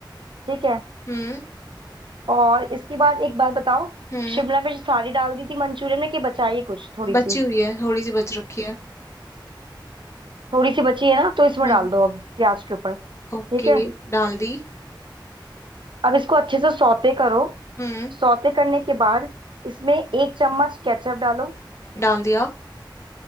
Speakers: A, on the right; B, on the left.
A: ठीक है
B: हम्म
A: और इसके बाद एक बात बताओ
B: हम्म
A: शिमला मिर्च सारी डाल दी थी मंचूरियन में कि बचाई है कुछ थोड़ी
B: बची
A: सी
B: हुई है थोड़ी सी बच रखी है
A: थोड़ी सी बची है ना तो इसमें
B: हम्म
A: डाल दो अब प्याज के ऊपर ठीक
B: ओके
A: है
B: डाल दी
A: अब इसको अच्छे से सौते करो
B: हम्म
A: सौते करने के बाद इसमें एक चम्मच केचप डालो
B: डाल दिया